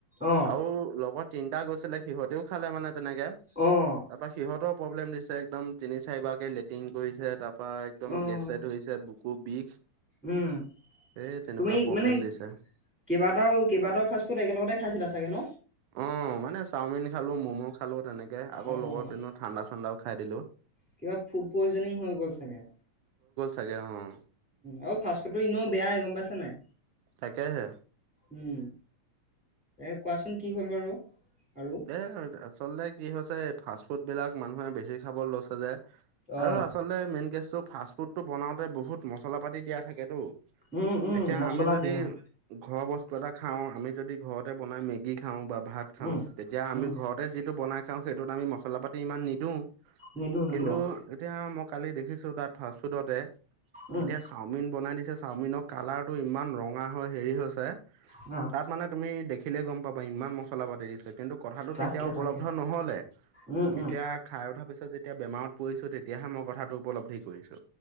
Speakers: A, in the centre; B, on the right (about 90°).
A: অ'
B: আও লগত তিনিটা গৈছিলে সিহঁতেও খালে মানে তেনেকে
A: অ'
B: তাৰপা সিহঁতৰ প্ৰব্লেম দিছে, একদম তিনি চাৰিবাৰ কে লেট্ৰিন কৰিছে তাৰ পৰাা একদম
A: অ'
B: গেছে ধৰিছে বুকু বিষ
A: উম।
B: এই তেনেকুৱা
A: তুমি
B: প্ৰব্লেম
A: মানে
B: দিছে
A: কেইবাটাও কেইবাটাও ফাষ্টফুড একেলগতে খাইছিলা চাগে ন
B: অ', মানে চাওমিন খালোঁ ম'ম' খালোঁ তেনেকৈ আকৌ
A: অ'
B: লগত এনেো ঠাণ্ডা ঠাণ্ডাও খাই দিলোঁ
A: কিবা ফুড পইজনিং হৈ গ'ল চাগে
B: তাকে উম
A: আও ফাষ্টফুড টো ইনেও বেয়াই গম পাইছা নে নাই
B: তাকেহে
A: উম এ কোৱাচোন কি হ'ল বাৰু, আৰু
B: এ আচলতে কি হৈছে এই ফাষ্ট ফুড বিলাক মানুহে বেছি খাব লৈছে যে
A: অঁ
B: আৰু আচলতে মেইন কেচটো ফাষ্ট ফুডটো বনাওতে বহুত মচলা পাতি দিয়া থাকেতো
A: উম উম
B: এতিয়া,
A: মছলা
B: আমি যদি
A: দিয়া অঁ
B: ঘৰৰ বস্তু এটা খাও আমি যদি ঘৰতে বনাই মেগী খাওঁ, ভাত খাওঁ
A: উম
B: তেতিয়া আমি
A: উম
B: ঘৰ ঘৰতে যিটো বনাই খাওঁ সেইটোত আমি মচলা পাতি ইমান নিদিওঁ
A: নিদো নিদো
B: কিন্তু
A: অঁ
B: এতিয়া মই কালি দেখিছো তাত ফাষ্টফুডতে
A: উম
B: এতিয়া চাওমিন বনাই দিছে চাওমিনৰ কালাৰটো ইমান ৰঙা হৈ হেৰি হৈছে
A: অ'
B: তাত মানে, তুমি দেখিলেইে গম পাবা, ইমান মছলা পাতি দিছে। কথা টো
A: তাকে
B: তেতিয়া উপলব্ধ
A: তাকে
B: নহলে
A: উম উম
B: এতিয়া খাই উঠাৰ পিছত যেতিয়া বেমাৰত পৰিছো। তেতিয়াহে মই কথাটো উপলব্ধি কৰিছো।